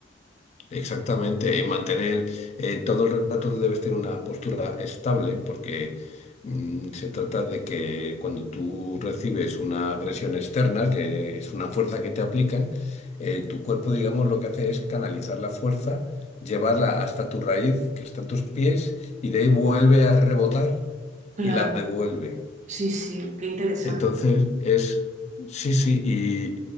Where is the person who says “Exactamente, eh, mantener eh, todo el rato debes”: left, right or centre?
Left